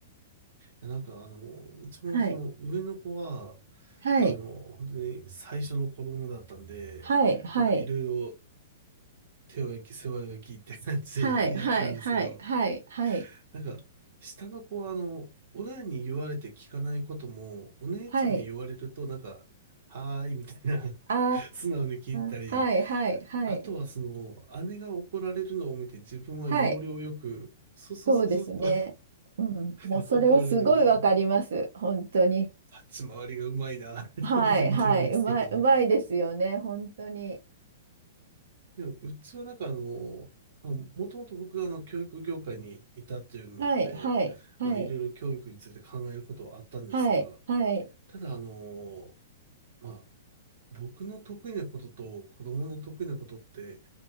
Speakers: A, on the right (about 45°); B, on the right (about 80°).
A: やなんかあの、うちもその上の子は、
B: はい。はい、
A: あの、本当に最初の子供だったんで、
B: はい、はい、
A: なんかいろいろ手を焼き、世話を焼きって感じでやってたんですけど、
B: はい、はい、はい、はい、はい、
A: なんか下の子はあの、親に言われて聞かないことも、お姉ちゃんに言われるとなんか、
B: はい、
A: はーいみたいな、<laughs>
B: あ
A: 素直に聞いたり
B: あはい、はい、はい、
A: あとはその、姉が怒られるのを見て自分は要領よく、
B: はい、
A: ススススッと
B: そうですね。うん、
A: <laughs>
B: もうそれはすごいわかります、
A: 怒られないように。
B: 本当に。
A: 立ち回りがうまいなって思って見てるんですけど。
B: はい、はい、うまい、うまいですよね、本当に。
A: でも、うちはなんかあの、まあ、もともと僕があの、教育業界にいたっていうのもあって、
B: はい、はい、はい、
A: まあ、いろいろ教育について考えることはあったんですが、
B: はい、はい、
A: ただあの、まあ、僕の得意なことと子供の得意なことって、